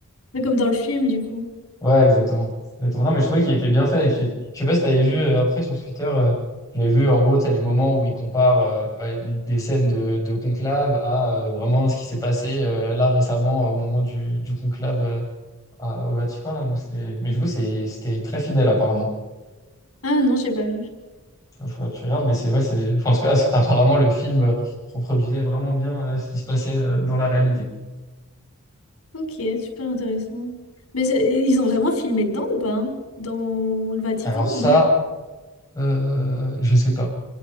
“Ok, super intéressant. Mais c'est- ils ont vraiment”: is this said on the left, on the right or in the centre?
Left